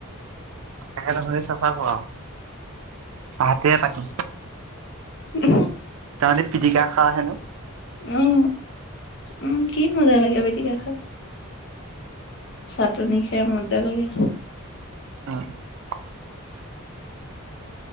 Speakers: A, on the right (about 70°); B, on the left (about 55°).
A: তাকে চাফা কৰাওঁ, হাতে পাতি
B: উ
A: তাহলে পিটিকা খাৱ হেনো।
B: উম উম, কি মজা লাগে পিটিকা খায়। চাটনি খাই মজা লাগে।
A: <unintelligible>